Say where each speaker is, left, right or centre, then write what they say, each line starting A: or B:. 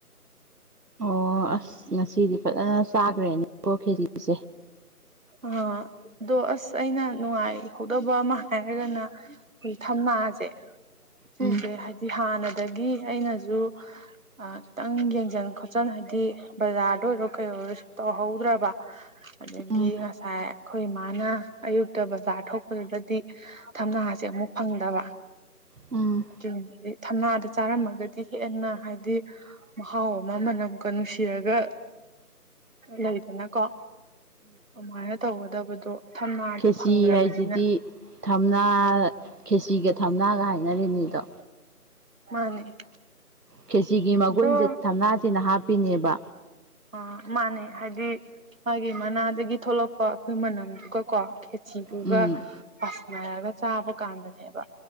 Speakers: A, on the right; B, on the right.
A: ꯑꯣ ꯑꯁ ꯉꯁꯤꯗꯤ ꯐꯖꯅ ꯆꯥꯈ꯭ꯔꯦꯅꯦ ꯁꯣꯔ ꯈꯦꯖꯤꯁꯦ
B: ꯑ ꯑꯗꯣ ꯑꯁ ꯑꯩꯅ ꯅꯨꯡꯉꯥꯏꯍꯧꯗꯕ ꯑꯃ ꯍꯥꯏꯔꯒꯅ ꯍꯧꯖꯤꯛ ꯊꯝꯅꯥꯁꯦ ꯁꯤꯁꯦ
A: ꯎꯝ
B: ꯍꯥꯏꯗꯤ ꯍꯥꯟꯅꯗꯒꯤ ꯑꯩꯅꯁꯨ ꯉꯥꯛꯇꯪ ꯌꯦꯡꯁꯟ ꯈꯣꯠꯆꯟ ꯍꯥꯏꯗꯤ ꯕꯖꯥꯔꯗ ꯑꯣꯏꯔꯣ ꯀꯩ ꯑꯣꯏꯔꯣꯁꯨ ꯇꯧꯍꯧꯗ꯭ꯔꯕ ꯑꯗꯒꯤ
A: ꯎꯝ
B: ꯉꯁꯥꯏ ꯑꯩꯈꯣꯏ ꯏꯃꯥꯅ ꯑꯌꯨꯛꯇ ꯕꯖꯥꯔ ꯊꯣꯛꯄꯗꯨꯗꯗꯤ ꯊꯝꯅꯥꯥꯁꯦ ꯑꯃꯨꯛ ꯐꯪꯗꯕ
A: ꯎꯝ
B: ꯑꯗꯨꯗꯤ ꯊꯝꯅꯥꯗ ꯆꯥꯔꯝꯃꯒꯗꯤ ꯍꯦꯟꯅ ꯍꯥꯏꯗꯤ ꯃꯍꯥꯎ ꯑꯃ ꯑꯃꯅ ꯑꯃꯨꯛꯀ ꯅꯨꯡꯁꯤꯔꯒ ꯂꯩꯗꯅꯀꯣ ꯑꯗꯨꯃꯥꯏꯅ ꯇꯧꯒꯗꯕꯗꯣ ꯊꯝꯅꯥꯗꯣ
A: ꯈꯦꯁꯤ
B: ꯐꯪꯗ꯭ꯔꯕꯅꯤꯅ
A: ꯍꯥꯏꯁꯤꯗꯤ ꯊꯝꯅꯥ
B: ꯎꯝ
A: ꯈꯦꯁꯤꯒ ꯊꯝꯅꯥꯒ ꯍꯥꯏꯅꯔꯤ ꯃꯤꯗꯣ
B: ꯃꯥꯅꯦ
A: ꯀꯦꯖꯤꯒꯤ ꯃꯒꯨꯟꯁꯦ
B: ꯑꯗꯣ
A: ꯊꯝꯅꯥꯁꯤꯅ ꯍꯥꯞꯄꯤꯅꯦꯕ
B: ꯑ ꯃꯥꯅꯦ ꯍꯥꯏꯗꯤ ꯃꯥꯒꯤ ꯃꯅꯥꯗꯒꯤ ꯊꯣꯛꯂꯛꯄ ꯑꯩꯈꯣꯏ ꯃꯅꯝꯗꯨꯒ ꯀꯣ ꯈꯦꯆꯤꯗꯨꯒ
A: ꯎꯝ
B: ꯄꯥꯁꯟꯅꯔꯒ ꯆꯥꯕ ꯀꯥꯟꯗꯅꯦꯕ